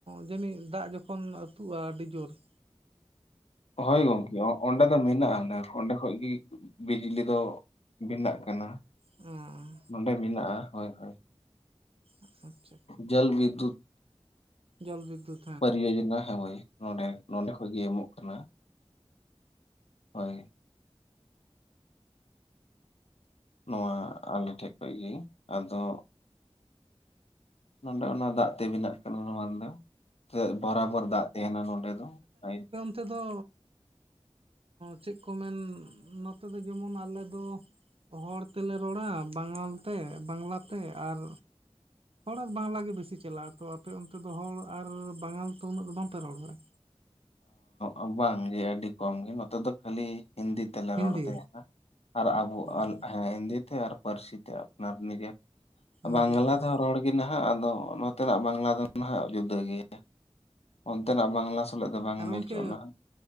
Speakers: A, on the right; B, on the left.
A: ᱡᱟᱹᱱᱤᱡ ᱫᱟᱜ ᱡᱚᱠᱷᱚᱱ ᱟᱹᱛᱩᱜᱼᱟ ᱟᱹᱰᱤ ᱡᱳᱨ ᱾
B: ᱦᱳᱭ ᱜᱚᱢᱠᱮ ᱚᱸᱰᱮ ᱫᱚ ᱢᱮᱱᱟᱜᱼᱟ ᱚᱸᱰᱮ ᱚᱸᱰᱮ ᱠᱷᱚᱡ ᱜᱮ ᱵᱤᱡᱽᱞᱤ ᱫᱚ ᱵᱮᱱᱟᱣ ᱠᱟᱱᱟ ᱾
A: ᱚᱸᱻᱻ
B: ᱚᱱᱸᱰᱮ ᱢᱮᱱᱟᱜᱼᱟ ᱦᱳᱭ ᱦᱳᱭ
A: ᱟᱪᱪᱷᱟ ᱟᱪᱪᱷᱟ
B: ᱡᱚᱞ ᱵᱤᱫᱫᱩᱛ
A: ᱡᱚᱞ ᱵᱤᱫᱫᱩᱛ
B: ᱯᱚᱨᱤᱡᱳᱡᱚᱱᱟ ᱦᱮ ᱦᱚᱭ ᱱᱚᱰᱮ, ᱱᱚᱰᱮ ᱠᱷᱚᱱᱮ ᱜᱮ ᱮᱢᱚᱜ ᱠᱟᱱᱟ᱾ ᱦᱳᱭ ᱱᱚᱣᱟ ᱟᱞᱤᱧ ᱴᱷᱮᱡ ᱠᱷᱚᱱ ᱜᱮ ᱟᱫᱚ ᱱᱚᱸᱰᱮ ᱚᱱᱟ ᱫᱟᱜ ᱛᱮ ᱵᱮᱱᱟᱜ ᱠᱟᱱᱟ ᱱᱚᱣᱟ ᱫᱚ ᱵᱚᱨᱟᱵᱚᱨ ᱫᱟᱜ ᱛᱟᱦᱮᱱᱟ ᱱᱚᱰᱮ ᱫᱚ ᱞᱟᱹᱭ
A: ᱱᱚᱛᱮ ᱫᱚ ᱪᱮᱫ ᱠᱚ ᱢᱮᱱ ᱱᱚᱛᱮ ᱫᱚ ᱡᱮᱢᱚᱱ ᱟᱞᱮ ᱫᱚ ᱦᱚᱲ ᱛᱮᱞᱮ ᱨᱚᱲᱟ ᱵᱟᱝᱟᱞ ᱛᱮ ᱵᱟᱝᱞᱟ ᱛᱮ ᱟᱨ ᱦᱚᱲ ᱟᱨ ᱵᱟᱝᱞᱟ ᱜᱮ ᱵᱤᱥᱤ ᱪᱟᱞᱟᱜᱼᱟ ᱛᱚ ᱟᱯᱮ ᱚᱱᱛᱮ ᱫᱚ ᱦᱚᱲ ᱟᱨ ᱵᱟᱝᱟᱞ ᱛᱚ ᱩᱱᱟᱹᱜ ᱫᱚ ᱵᱟᱝᱯᱮ ᱨᱚᱲ ᱵᱟᱲᱟᱭᱟ
B: ᱚᱼ ᱵᱟᱝᱜᱮ ᱟᱹᱰᱤ ᱠᱚᱢ ᱜᱮ ᱱᱚᱛᱮ ᱫᱚ ᱠᱷᱟᱹᱞᱤ ᱦᱤᱱᱫᱤ ᱛᱮᱞᱮ
A: ᱦᱤᱱᱫᱤ
B: ᱨᱚᱲ ᱛᱟᱦᱮᱱᱟ ᱟᱨ ᱟᱵᱚ
A: ᱦᱮᱸ
B: ᱦᱤᱱᱫᱤ ᱛᱮ ᱟᱨ ᱯᱟᱹᱨᱥᱤ ᱛᱮ ᱟᱯᱱᱟᱨ ᱱᱤᱡᱮᱨ ᱵᱟᱝᱞᱟ
A: ᱱᱤᱡᱮᱨᱟᱜ ᱦᱮᱸ
B: ᱫᱚ ᱨᱚᱲ ᱜᱮ ᱱᱟᱦᱟᱜ ᱟᱫᱚ ᱱᱚᱛᱮᱱᱟᱜ ᱵᱟᱝᱞᱟ ᱫᱚ ᱱᱟᱦᱟᱜ ᱡᱩᱫᱟᱹ ᱜᱮᱭᱟ ᱚᱱᱛᱮᱱᱟᱜ ᱵᱟᱝᱞᱟ ᱥᱟᱞᱟᱜ ᱫᱚ ᱵᱟᱝ
A: ᱦᱮᱸ
B: ᱢᱮᱪᱚᱜᱼᱟ
A: ᱜᱚᱢᱠᱮ
B: ᱱᱟᱦᱟᱜ